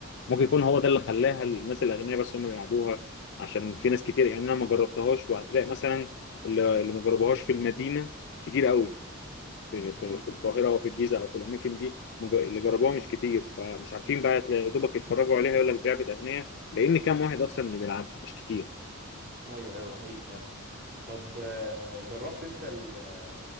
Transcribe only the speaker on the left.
ممكن
يكون هو ده اللي خلاها الناس الاغنياء بس هم اللي يلعبوها عشان في ناس كتير يعني انا ما جربتهاش وهتلاقي مثلا اللي اللي ما جربوهاش في المدينه كتير قوي في في
في القاهره او في الجيزه او في الاماكن دي مج- اللي جربوها مش كتير فمش عارفين بقى تلاقي- يا دوبك يتفرجوا عليها يقول لك لعبه اغنياء لان كام واحد اصلا اللي بيلعبها مش كتير